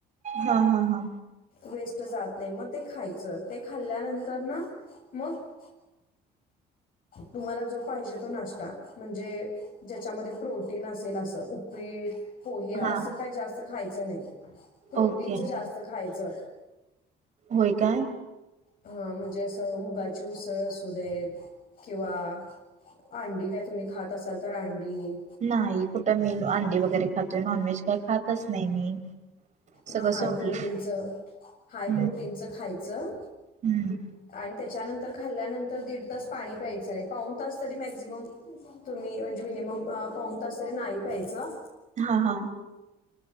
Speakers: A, on the right; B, on the left.
A: हा हा हा,
B: वेस्ट जात नाही. मग ते खायचं. ते खाल्ल्यानंतर ना, मग- तुम्हाला जो पाहिजे तो नाश्ता म्हणजे ज्याच्यामध्ये प्रोटीन असेल असं उपीड पोहे असं
A: हा
B: काही जास्त खायचं नाही. प्रोटीनच
A: ओके
B: जास्त खायचं.
A: होय काय?
B: हा म्हणजे असं मुगाची उसळ असू देत. किंवा अंडी काय तुम्ही खात असाल तर अंडी
A: नाही कुठं मी अंडी वगैरे खातो नॉनव्हेज काय खातच नाही मी सगळं
B: मग हाय
A: सोडलं
B: प्रोटीनचं हाय
A: हम्म
B: प्रोटीनचं खायचं.
A: हम्म
B: आणि त्याच्यानंतर खाल्ल्यानंतर दीड तास पाणी प्यायचं आहे. पाऊन तास तरी मॅक्झिमम तुम्ही म्हणजे मिनिमम पाऊन तास तरी नाही प्यायचं.
A: हा हा.